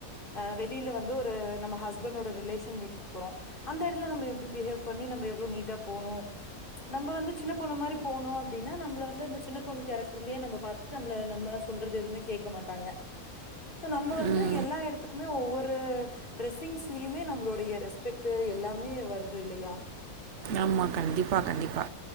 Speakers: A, on the left; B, on the right.
A: ஆ வெளியில வந்து ஒரு நம்ம ஹஸ்பண்டோட ரிலேஷன் வீட்டுக் போறோ அந்த எடத்துல நம்ப எப்டி பிஹேவ் பண்ணி நம்ப எவ்ளோ நீட்டா போணு நம்ப வந்து சின்ன பொண்ணு மாரி போனு அப்டின்னா நம்பல வந்து அந்த சின்ன பொண்ணு கேரக்டர்லயே நம்ப பாத்து நம்ல நம்ம சொல்றது எதுமே கேட்க மாட்டாங்க சோ நம்ம வந்து
B: ம்.
A: எல்லா எடத்துக்குமே எ ஒவ்வொரு டிரெஸ்ஸிங்ஸ்லியுமே நம்புளுடைய ரெஸ்பெக்ட்டு எல்லாமே வருது இல்லயா
B: ஆமா கண்டிப்பா கண்டிப்பா